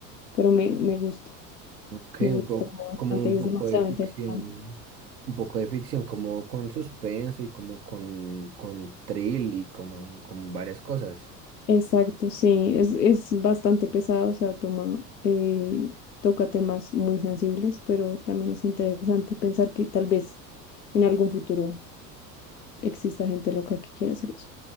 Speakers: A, on the left (about 80°); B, on the right (about 70°).
A: pero me, me gusta.
B: ok,
A: Me distrajo
B: un poco,
A: bastante,
B: como un
A: es
B: poco
A: demasiado
B: de ficción,
A: interesante.
B: un poco de ficción, como con suspenso y como con, con thrill y como con varias cosas.
A: Exacto, sí, es, es bastante pesado, o sea, toma, eh, toca temas muy sensibles, pero también es interesante pensar que tal vez en algún futuro exista gente loca que quiera hacer eso.